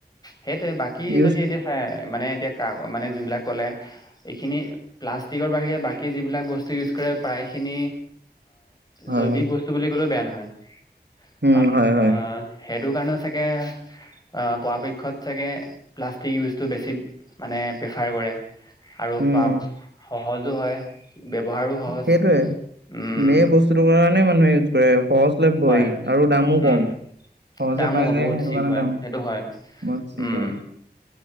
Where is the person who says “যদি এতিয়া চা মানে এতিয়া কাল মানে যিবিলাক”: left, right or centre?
Left